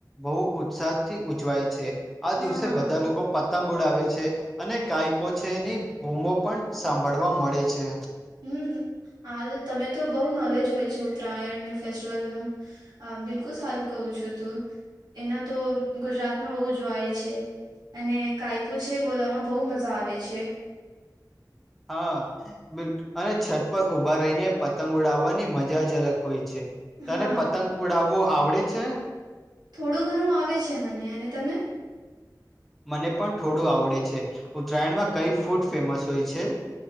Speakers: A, in the centre; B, on the right.
A: બહુ ઉત્સાહથી ઉજવાય છે. આ
B: હા
A: દિવસે
B: હા
A: બધા લોકો પતંગ ઉડાવે છે અને કાઈપો છેની બૂમો પણ સાંભળવા મળે છે.
B: હમ્મ આ તમે તો બઉ નોલેજ હોય છે ઉત્તરાયણ ને ફેસ્ટિવલ નો આ બિલકુલ સારું કહું છું તું એના તો ગુજરાતમાં બહુ જોવાય છે. અને કાયપો છે બોલવામાં બહુ મજા આવે છે.
A: હા. બિલ અને છત પર ઉભા રહીને પતંગ ઉડાવવાની મજા જ અલગ હોય છે. તને
B: હા
A: પતંગ ઉડાવવું આવડે છે.
B: થોડું ઘણું આવે છે મને અને તમે.
A: મને પણ થોડું આવડે છે ઉત્તરાયણમાં કઈ ફુટ ફેમસ હોય છે.